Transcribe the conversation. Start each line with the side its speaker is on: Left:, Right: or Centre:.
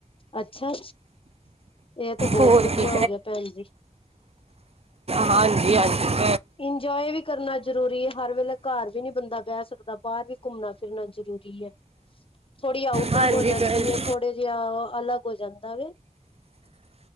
Left: ਅੱਛਾ! ਇਹ ਤੇ ਬਹੁਤ
Right: ਹੋਰ
Left: ਵਧੀਆ
Right: ਕੀ
Left: ਹੋ ਗਿਆ ਭੈਣ ਜੀ।
Right: ਹਾਂਜੀ-ਹਾਂਜੀ!
Left: ਇੰਜੋਏ ਵੀ ਕਰਨਾ ਜਰੂਰੀ ਹੈ, ਹਰ ਵੇਲੇ। ਘਰ ਵੀ ਨਹੀਂ ਬੰਦਾ ਬਹਿ ਸਕਦਾ। ਬਾਹਰ ਵੀ ਘੁੰਮਨਾ ਫਿਰਨਾ ਜਰੂਰੀ ਐ ਥੋੜੀ ਆਊਟਿੰਗ
Right: ਹਾਂਜੀ
Left: ਹੋ ਜਾਂਦੀ
Right: ਭੈਣ ਜੀ
Left: ਏ। ਥੋੜੇ ਜਿਹਾ ਅਲੱਗ ਹੋ ਜਾਂਦਾ ਵੇ।